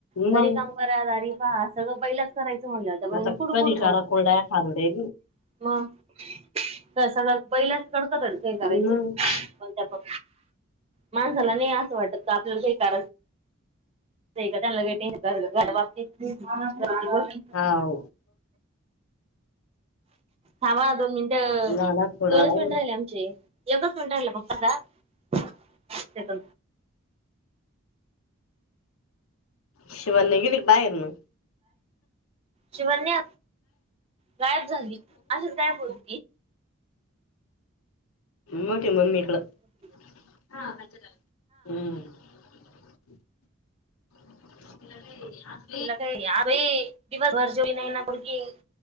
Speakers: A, on the right; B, on the left.
A: घरी
B: मग
A: काम करा दारी पहा सगळं बाईलाच करायचं म्हणलं त्या बाईनं
B: आता
A: कुड
B: कधी
A: कुडत
B: करा
A: <inaudible>
B: कोरड्या खारुड्या
A: मग प्रसादात पहिल्याच तडका नाही
B: बी
A: करायच
B: मग
A: कोणत्या पण माणसाला नाही असं वाटत का आपल्याला काही कारण <inaudible>
B: हाव
A: थाबां दोन मिनिटं
B: झाला थोडा
A: दोनच
B: राहील
A: मिनिटं राहिले एकच मिनटं राहिला ना फक्त आता
B: शिवन्या घेईल बाहेरण
A: शिवन्या गायब झाली अशिच गायब होवून
B: मोठी मम्मी कड
A: हो
B: हा त्यांच्या घरात हम्म तिला काही असं
A: तिला काय आरोही दिवसभर जेवली नाही ना पोरगी